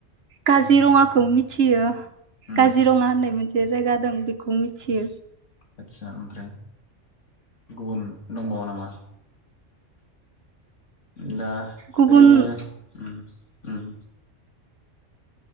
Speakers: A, on the right; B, on the left.
A: काजिरङाखौ मिथियो।
B: उम
A: काजिरङा होननाय मोनसे जायगा दं बेखौ मिथियो
B: आदसा ओमफ्राय गुबुन दंबावो नामा? दा
A: गुबुन
B: ओरैनो ओम